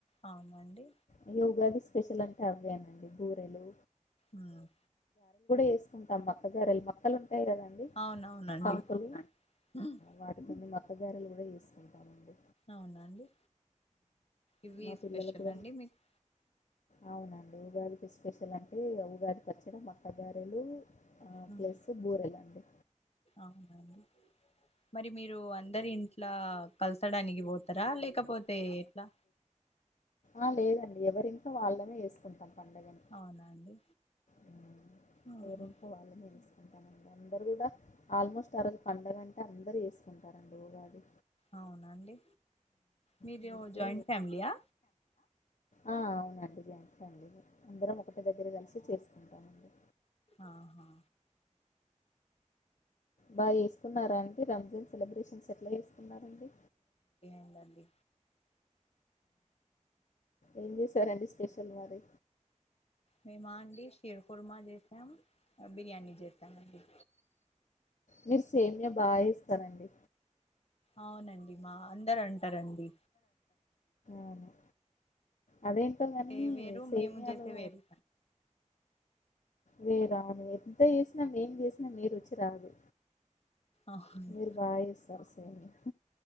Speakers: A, on the left; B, on the left.
A: అవునండి
B: ఇగ ఉగాది స్పెషల్ అంటే అవేనండి బూరెలు
A: ఉమ్
B: వేసుకుంటాం మక్కగారెలు మక్కలు ఉ ఉంటాయి గదండి
A: అవునవునండి
B: ఆకులు
A: ఉమ్,
B: వాటి మీద మకగారెలు గూడా జేసుకుంటామండి
A: అవునా అండి ఇవి
B: మా పిల్లలు
A: స్పెషల్
B: కూడా
A: అండి మీక్
B: అవునండి ఉగాదికి స్పెషల్ అంటే ఉగాది పచ్చడ మక్కగారెలు ఆ
A: ఉమ్,
B: ప్లస్ బూరెలండి
A: అవునండి మరి మీరు అందరు ఇంట్లా కలసడానికి ఒతరా లేకపోతే ఎట్లా
B: ఆ లేదండి ఎవరింట్ల వాళ్ళనే ఏసుకుంటం పండగన్
A: అవునా అండి
B: ఉమ్
A: ఆహా
B: వరం పోవలనిపిస్తది ఉమ్ అందరు గూడా ఆల్మోస్ట్ ఆ రోజు పండుగంటే అందరుూ జేసుకుంటారండి ఉగాది
A: అవునండి మీరు
B: అందుకే
A: జాయింట్ ఫ్యామిలీయా
B: ఆ అవునండి జాయింట్ ఫ్యామిలీ నే అందరం ఒకటె దగ్గర కలిసి చేసుకుంటామండి
A: ఆహా
B: బాగా చేసుకున్నారా అండి రంజాన్ సెలబ్రేషన్స్ ఎట్లా చేసుకున్నారండి
A: ఉండండి
B: ఏం చేసారండీ స్పెషల్ మరి
A: మేమా అండి షీర్ కుర్మా చేసాం బిర్యానీ జేత్తమండి
B: మీరు సేమ్య బాగా చేస్తారండి
A: అవునండి మా అందరు అంటారండి
B: అవును అదేంటో గాని
A: ఏ వేరు
B: సేమ్యాలు
A: మేము చేసే వేరు
B: మిరా ఎంత చేసిన మేం జేస్నా మీ రుచి రాదు
A: అవును-
B: మీరు బాగా చేస్తారు సేమ్యా